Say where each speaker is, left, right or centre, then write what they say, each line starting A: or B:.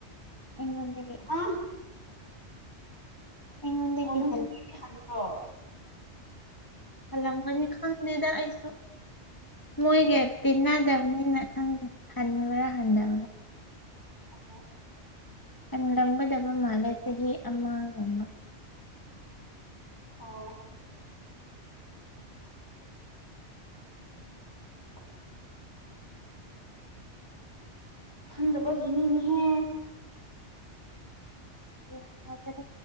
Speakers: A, on the left; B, on the left.
A: ꯑꯩꯉꯣꯟꯗꯒꯤ
B: ꯑ
A: ꯑꯩꯉꯣꯟꯗꯒꯤ
B: ꯑ
A: ꯍꯜ
B: ꯍꯇ꯭ꯔ
A: ꯑꯃꯅꯤ ꯈꯪ ꯗꯦꯗ ꯑꯩꯁꯨ ꯃꯣꯏꯒ ꯇꯤꯟꯅꯗꯕꯅꯤꯅ ꯈꯪꯗꯦ ꯍꯟꯕ꯭ꯔꯥ ꯍꯟꯊꯕ꯭ꯔꯥ
B: ꯑꯣ
A: ꯈꯟꯂꯝꯒꯗꯕ ꯃꯥꯜꯂꯦ ꯆꯍꯤ ꯑꯃꯒꯨꯝꯕ
B: ꯑꯣ <inaudible> ꯈꯟꯗꯕꯒꯤꯅꯤꯅꯦꯍꯦ
A: ꯌꯥ ꯐꯗ